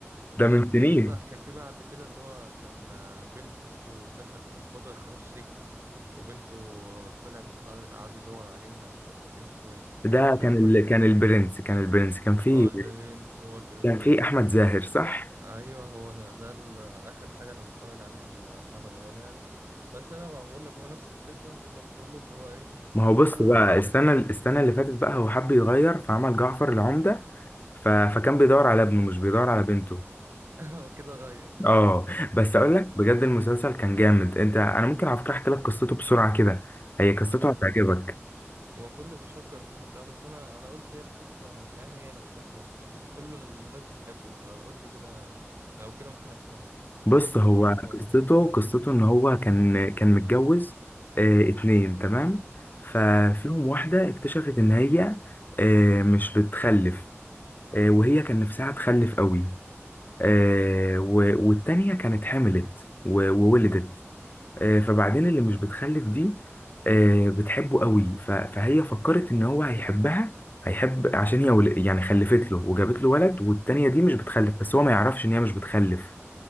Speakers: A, on the right (about 60°); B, on the left (about 40°).
A: لا
B: ده من
A: كان
B: سنين
A: في بقى كان في بعده كده اللي هو كان آه، بنته دخل اخواته دخلوه السجن وبنته طلعت قعد قعد يدور عليها مش فاكر كان اسمه ايه اللي
B: ده
A: كان فيه
B: كان
A: احمد
B: ال... كان البرنس كان البرنس كان فيه
A: اه البرنس هو البرنس
B: كان فيه
A: ده
B: احمد زاهر صح
A: ايوه هو ده ده ال- اخر حاجه انا متفرج عليها لمحمد رمضان يعني بس انا ما بقول لك هو نفس الفكره هتبقى في كله اللي هو ايه
B: ما هو بص
A: آه،
B: بقى
A: اخو
B: السنة السنة اللي فاتت بقى هو حب يغير فعمل جعفر العمدة ف... فكان بيدور على ابنه مش بيدور على بنته
A: <laughs> هو كده غير
B: اه بس اقول لك بجد المسلسل كان جامد انت انا ممكن على فكره احكي لك قصته بسرعه كده هي قصته
A: قول
B: هتعجبك
A: قول هو كله بيشكر فيه وبتاع بس انا انا قلت هي القصه هتلاقيها هي نفسها بس كل الناس بتحبه فقول لي كده لو كده ممكن اسمعه
B: بص هو
A: ممكن اظل
B: قصته قصته ان هو كان كان متجوز اه اتنين تمام ففيهم واحده اكتشفت ان هي اه مش بتخلف اه وهي كان نفسها تخلف قوي اه و- والتانيه كانت حملت و- وولدت آه، فبعدين اللي مش بتخلف دي آه، بتحبه قوي ف- فهي فكرت ان هو هيحبها هيحب عشان هي ول- يعني خلفت له وجابت له ولد والتانية دي مش بتخلف بس هو ما يعرفش ان هي مش بتخلف